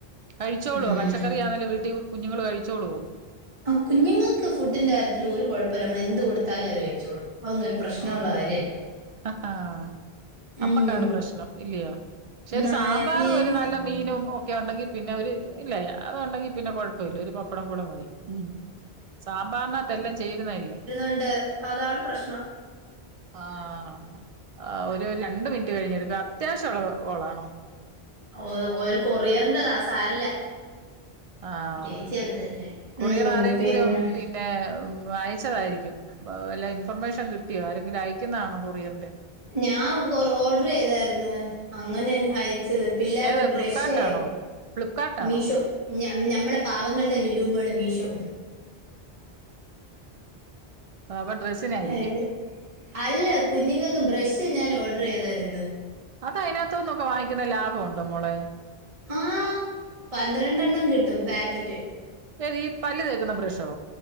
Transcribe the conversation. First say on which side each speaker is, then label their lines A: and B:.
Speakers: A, on the right; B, on the right.
A: കഴിച്ചോളോ
B: ഉം.
A: പച്ചക്കറി ആന്നേലും വീട്ടിൽ കുഞ്ഞുങ്ങള് കഴിച്ചോളുവോ
B: ആ കുഞ്ഞുങ്ങൾക്ക് ഫുഡിന്റെ കാര്യത്തിൽ ഒരു കുഴപ്പല്ല നമ്മള് എന്ത് കൊടുത്താലു അവര് കഴിച്ചോളൂ അതൊന്നും ഒരു
A: ആഹ്
B: പ്രശ്നമുള്ള കാര്യമല്ല
A: നമ്മക്കാണ്
B: ഉം.
A: പ്രശ്നം ഇല്ലയോ പക്ഷെ
B: എന്നാ
A: ഒരു സാമ്പാറും
B: ഇനി-
A: ഒരു നല്ല മീനും ഒക്കെ ഉണ്ടെങ്കി പിന്നെ ഒരു ഇല്ലേ അത് ഉണ്ടെങ്കി പിന്നെ കുഴപ്പം ഇല്ല ഒരു പപ്പടം കൂടെ മതി. ഉം സാമ്പാറിനകത്ത് എല്ലാം ചേരുന്നതല്ലേ.
B: ഉണ്ട് അതാണ് പ്രശ്നം
A: ആ ഒരു രണ്ട് മിനിറ്റ് കഴിഞ്ഞെടുക്ക് അത്യാവശ്യം ഉള്ള കോ കോളാണോ
B: ഓ ഒരു കൊറിയറിന്റെതാ ആ സാരല്ല
A: ആ
B: ചേച്ചി
A: ഓക്കെ കൊറിയർ
B: ഉം,
A: ആരെയെങ്കിലും
B: പിന്നെ
A: പിൻ പിന്നെ ഉ അയച്ചതായിരിക്കും വല്ല ഇൻഫർമേഷൻ കിട്ടിയോ ആരെങ്കിലും അയക്കുന്നതാണോ കൊറിയറിന്റെ
B: ഞാൻ കൊ ഓർഡർ ചെയ്തായിരുന്നു അങ്ങനെ ന് അയച്ച് പിള്ളേർക്ക്
A: ഏതാ
B: ബ്രഷേ
A: ഫ്ലിപ്കാർട്ടാണോ ഫ്ലിപ്കാർട്ടാണോ
B: മീഷോ ഞ ഞമ്മളെ പാവങ്ങൾടെ ലുലൂ മോള് മീഷോ
A: അപ്പൊ ഡ്രസ്സിനായിരിയ്ക്കും
B: ഏ, അല്ല കുഞ്ഞുങ്ങൾക്ക് ബ്രഷ് ഞാൻ ഓർഡർ ചെയ്തായിരുന്നു.
A: അത് അതിനകത്ത് ന്നും ഒക്കെ വാങ്ങിക്കുന്ന ലാഭം ഉണ്ടോ മോളെ
B: ആഹ് പന്ത്രണ്ടെണ്ണം കിട്ടും പാക്കറ്റ്
A: ഏത് ഈ പല്ല് തേക്കുന്ന ബ്രഷോ